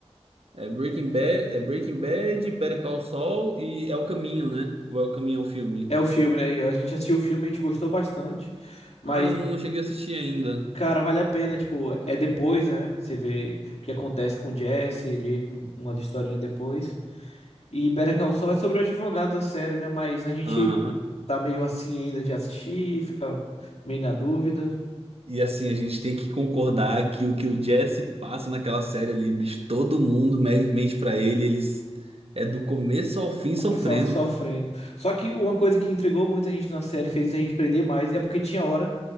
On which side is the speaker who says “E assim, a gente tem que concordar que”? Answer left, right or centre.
Right